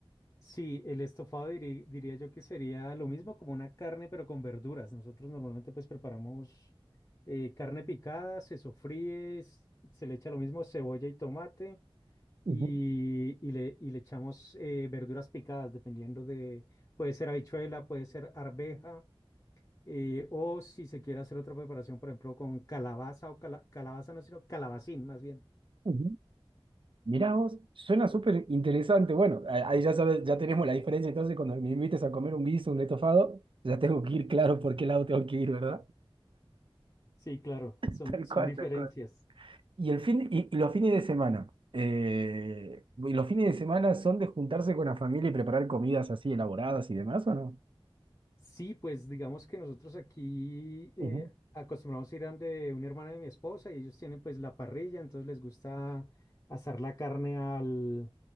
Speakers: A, on the left; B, on the right.
A: Sí, el estofado diri- diría yo que sería lo mismo como una carne, pero con verduras. Nosotros normalmente pues preparamos eh, carne picada, se sofríe, s- se le echa lo mismo cebolla y tomate
B: Ujú,
A: y, y le, y le echamos eh, verduras picadas, dependiendo de, puede ser habichuela, puede ser arveja, eh, o si se quiere hacer otra preparación, por ejemplo, con calabaza o cala- calabaza no, sino calabacín más bien.
B: ujú. Mirá vos, suena súper interesante. Bueno, a- ahí ya sabes, ya tenemos la diferencia. Entonces, cuando me invites a comer un guiso, un estofado, ya tengo que ir claro por qué lado tengo que ir, ¿verdad?
A: Sí, claro,
B: <laughs>
A: son,
B: Tal
A: son
B: cual,
A: diferencias.
B: tal cual. Y, el fin, y, y los fines de semana. eh, ¿y los fines de semana son de juntarse con la familia y preparar comidas así elaboradas y demás, ¿o no?
A: Sí, pues digamos que nosotros aquí eh,
B: Ujú.
A: acostumbramos a ir a donde un hermano de mi esposa y ellos tienen pues la parrilla, entonces les gusta asar la carne al,